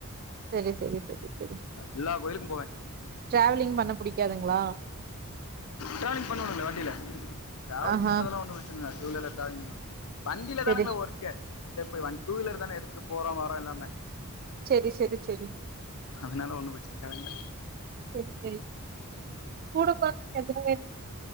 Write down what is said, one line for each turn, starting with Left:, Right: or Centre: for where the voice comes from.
Right: செரி செரி செரி செரி
Left: எல்லா கோயிலுக்கு போவே
Right: டிராவலிங் பண்ண புடிக்காதுங்களா
Left: டராவலிங் பண்ணுவனுங்களே வண்டியில டராவலிங்
Right: ஆஹா
Left: பண்றதெல்லா ஒன்னு ப்ரச்சன இல்ல அது சூழ்நெலப் டராவலிங் பண்ண வண்டியில
Right: செரி
Left: தானுங்களே ஒர்க்கே இதுளியே போய் வண் டூ வீலர் தான எடுத்துட்டு போறோ வரோ எல்லாமே
Right: சரி சரி சரி
Left: அதனால ஒண்ணு பிரச்சிருக்காரங்கள
Right: சரி சரி கூட <unintelligible>